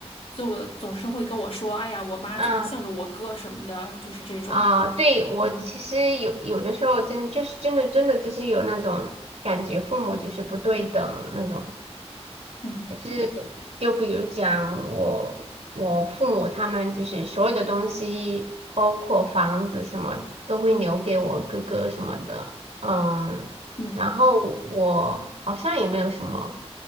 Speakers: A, on the left (about 65°); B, on the right (about 75°).
A: 做，总是会跟我说：“哎呀，我妈总是向着我哥什么的，
B: <laughs> 嗯
A: 就是这种。”
B: 啊，对我其实有有的时候真就是真的真的就是有那种感觉，
A: 嗯
B: 父母就是不对等那种，
A: 嗯
B: 就是就比如讲我我父母他们就是所有的东西，包括房子什么都会留给我哥哥什么的，嗯，
A: 嗯，
B: 然后我好像也没有什么